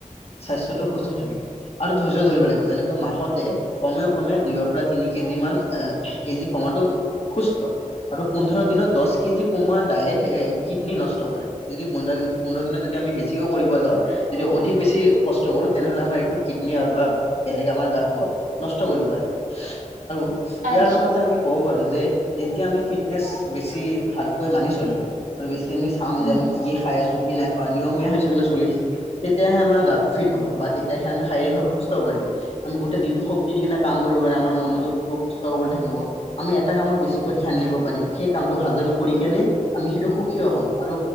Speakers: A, on the left; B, on the right.
A: স্বাস্থ্যটো সুস্থ থাকে। আৰু ধৈৰ্য ধৰিব লাগিব, যেনেকৈ মাহতে, কমেও কমে দুইৰ পৰা তিনি কেজি মান এ কেজি কমাটো সুস্থ আৰু পোন্ধৰ দিনত দহ কেজি কোমোৰা ডায়েট এ কিডনী নষ্ট কৰে। যদি পোন্ধৰ-পোন্ধৰ দিনত যদি আমি বেছিকৈও কৰিব যাওঁ যদি অধিক বেছি কষ্ট কৰোঁ তেনেহ'লে আমাৰ এইটো কিডনী বা বেলেগ আমাৰ গাটোৱ নষ্ট কৰিব পাৰে আৰু ইয়াৰ
B: আচ্ছা,
A: লগতে আমি ক'ব পাৰোঁ যে যেতিয়া আমি ফিটনেচ বেছি ভালকৈ মানি চলিম। আৰু বেছি আমি চাম
B: উম,
A: যে আমি
B: হম।
A: কি-কি খাই আছোঁ কি নাই খোৱা নিয়মীয়া হৈছে কিন্তু চলি থাকিম। তেতিয়াহে আমাৰ গাটো ফিট হ'ব বা তেতিয়াহে আমি শাৰীৰিকভাৱে সুস্থ কৰিম। আমি গোটেই দিনটো শক্তি দি কিনে কাম কৰিব পাৰিম। আমাৰ মনোযোগটো সুস্থ সবল থাকিব। আমি এটা কামত বেছিকৈ ধ্যান দিব পাৰিম। সেই কামটো ভালদৰে কৰি কেনে আমি সেইটো সুখী হম আৰু